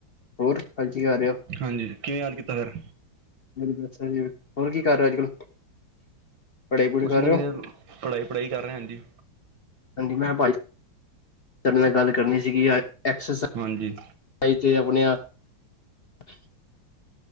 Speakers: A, on the left; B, on the right.
A: ਹੋਰ ਅੱਜ ਕੀ ਕਰ ਰਹੇ ਹੋ
B: ਹਾਂਜੀ, ਕਿਵੇਂ ਯਾਦ ਕੀਤਾ ਫੇਰ?
A: ਬਿਲਕੁਲ ਸਹੀ ਐ। ਹੋਰ ਕੀ ਕਰ ਰਿਹੇ ਓ ਅੱਜ -ਕੱਲ? ਪੜ੍ਹਾਈ ਪੜੂਈ
B: ਕੁਛੱ
A: ਕਰ
B: ਨੀ
A: ਰਹੇ
B: ਵੀਰੇ,
A: ਹੋ
B: ਪੜ੍ਹਾਈ -ਪੜ੍ਹਾਈ ਕਰ ਰਿਹਾ, ਹਾਂਜੀ।
A: ਹਾਂਜੀ ਮੈਂ ਬਾਈ ਤਾਡੇ ਨਾਲ ਗੱਲ ਕਰਨੀ ਸੀਗੀ ਐ, ਐਕਸਰਸਾ
B: ਹਾਂਜੀ
A: ਈਜ ਆਪਣੇ ਆਪ <inaudible>